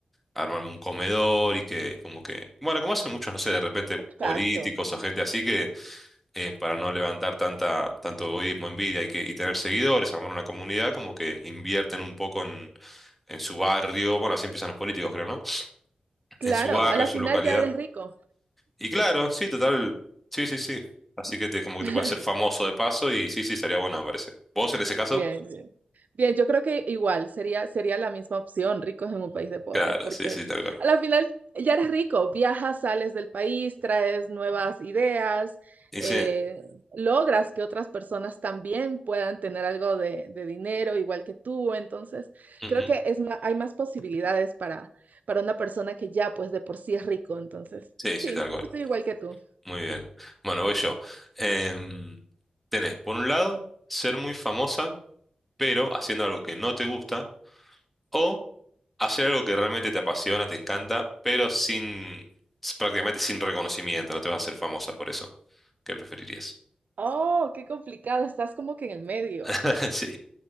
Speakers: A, in the centre; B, on the right.
A: armarme un comedor y que, como que, bueno, como hacen muchos, no sé, de repente
B: Exacto.
A: políticos o gente así que eh, para no levantar tanta, tanto egoísmo, envidia y, que, y tener seguidores, armar una comunidad, como que invierten un poco en, en su barrio, bueno, así empiezan los políticos, creo, ¿no?
B: Claro,
A: En su barrio,
B: a la
A: en su
B: final
A: localidad.
B: ya eres rico.
A: Y claro, sí, total, sí, sí, sí. Así que te, como que
B: <laughs>
A: te puedes hacer famoso de paso y sí, sí, estaría bueno, me parece. ¿Vos en ese caso?
B: Bien, bien. Bien, yo creo que igual sería, sería la misma opción, ricos en un país de pobres,
A: Claro,
B: porque
A: sí, sí, tal cual.
B: a la final ya eres rico, viajas, sales del país, traes nuevas ideas,
A: Y
B: eh,
A: sí,
B: logras que otras personas también puedan tener algo de, de dinero igual que tú. Entonces,
A: ujú,
B: creo que es ma- hay más posibilidades para, para una persona que ya pues de por sí es rico. Entonces,
A: Sí,
B: sí,
A: sí, tal cual.
B: estoy igual que tú.
A: Muy bien. Bueno, voy yo. Em, tenés, por un lado, ser muy famosa, pero haciendo algo que no te gusta, o hacer algo que realmente te apasiona, te encanta, pero sin, prácticamente sin reconocimiento, no te vas a hacer famosa por eso. ¿Qué preferirías?
B: Oh, qué complicado, estás como que en el medio.
A: <laughs> Sí,